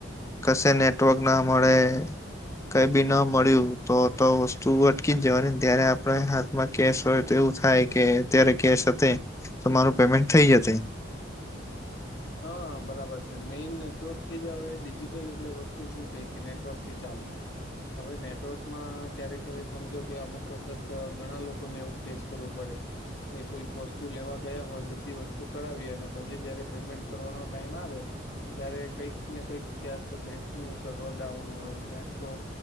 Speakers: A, on the left (about 15°); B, on the left (about 65°).
A: કશે નેટવર્ક ના મળે કઈ બી ન મળ્યું તો તો વસ્તુ અટકી જ જવાની જયારે આપણે હાથમાં કેસ હોય એવું થાય કે અત્યારે કેશ હતે તો મારું પેમેન્ટ થઈ જતે.
B: હા બરાબર છે મેઈન નેટવર્ક થી જ હવે ડિજિટલ એટલે વસ્તુ શું થઈ કે નેટવર્ક થી ચાલે. હવે નેટવર્કમાં ક્યારેક હવે સમજો કે અમુક વખત ઘણા લોકોને એવું ફેસ કરવું પડે. કે કોઈક વસ્તુ લેવા ગયા હોય બધી વસ્તુ કરાવી અને પછી જયારે પેમેન્ટ કરવાનો ટાઈમ આવે. ત્યારે કંઈક ને કંઈક ક્યાંક તો બેંક નું સર્વર ડાઉન હોય ક્યાંક તો